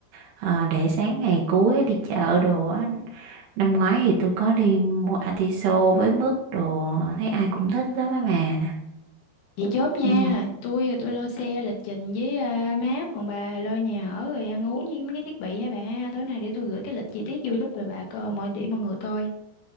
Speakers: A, on the right; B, on the left.
A: à, để sáng ngày cuối đi chợ đồ á năm ngoái thì tôi có đi mua atiso với mứt đồ thấy ai cũng thích lắm á mà
B: Vậy chốt nha,
A: ừ,
B: tôi tôi lo xe lịch trình với uh, map, còn bà lo nhà ở rồi ăn uống với mấy cái thiết bị ha bà ha. Tối nay để tôi gửi cái lịch chi tiết vô giúp rồi bà coi mọi điểm mọi người coi.